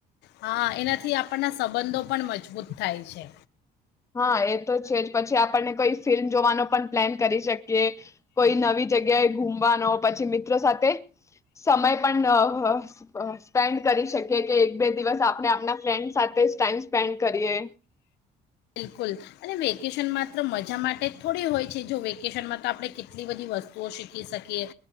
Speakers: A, on the left; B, on the left.
A: હા એનાથી આપણના સંબંધો પણ મજબૂત થાય છે
B: હા એ તો છે જ પછી આપણને કોઈ ફિલ્મ જોવાનો પણ પ્લાન કરી શકીએ કોઈ નવી જગ્યાએ ઘુમવાનો પછી મિત્રો સાથે સમય પણ <unintelligible> સ્પેન્ડ કરી શકે એક બે દિવસ આપણે આપણા ફ્રેન્ડ સાથે જ ટાઈમ સ્પેન્ડ કરીએ
A: બિલકુલ, અને વેકેશન માત્ર મજા માટે થોડી હોય છે જો વેકેશનમાં તો આપણે કેટલી બધી વસ્તુઓ શીખી શકીએ,